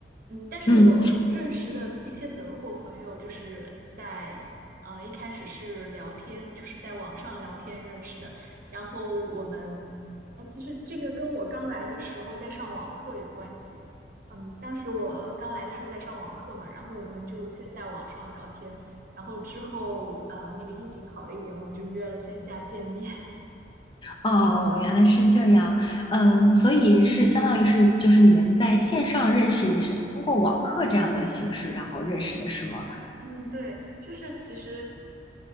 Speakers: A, on the right; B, on the left.
A: 嗯，但是我认识的一些德国朋友，
B: 嗯，
A: 就是在呃一开始是聊天，就是在网上聊天认识的。然后我们，哎，其实这个跟我刚来的时候在上网课有关系。嗯，当时我刚来的时候在上网课嘛，然后我们就先在网上聊天，然后之后呃那个疫情好了一点，我们就约了线下见面。<laughs>
B: 哦，原来是这样，嗯，所以是相当于是就是你们在线上认识，也是通过网课这样的形式，然后认识的是吗？
A: 嗯，对，就是其实。